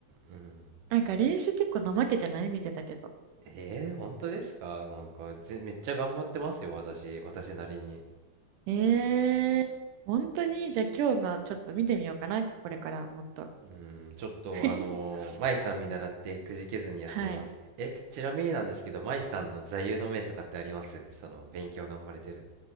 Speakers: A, on the right; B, on the right.
A: うん。
B: なんか練習結構怠けてない見てたけど。
A: えー、本当ですかなんか、ぜめっちゃ頑張ってますよ、私。私なりに。
B: えー、本当にじゃあ今日のちょっと見てみようかな。これからもっと。
A: うん、ちょっとあのー、
B: <laughs>
A: 舞さん見習ってくじけずにやってみます。
B: はい。
A: え、ちなみになんですけど、舞さんの座右の銘とかってありますその、勉強頑張れてる。